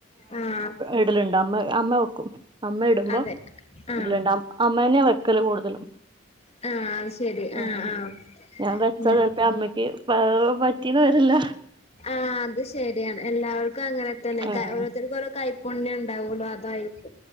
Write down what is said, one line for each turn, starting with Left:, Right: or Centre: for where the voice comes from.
Left: ആഹ്
Right: ഇടല്ഇണ്ടാ അമ്മ അമ്മ വെക്കും അമ്മ ഇടുമ്പോ
Left: അതെ ആഹ്
Right: <inaudible> ഇതിലുണ്ടവും അമ്മേനെ വെക്കല് കൂടുതലും
Left: ആഹ് അത് ശരി
Right: ആ
Left: ആഹ് ആഹ്
Right: ഞൻ വച്ച
Left: ഉം
Right: ചെലപ്പഅമ്മക്ക് പ്പ പറ്റീന്ന് വരില്ല
Left: ആഹ് അത് ശരിയാണ്. എല്ലാവർക്കും അങ്ങനെ തന്നെ
Right: ആഹ്
Left: കല്യാണം ഓരോത്തർക്കോരോ കായ്പുണ്ണ്യൺ ണ്ടവൊള്ളൂ അതായ്‌രുക്കു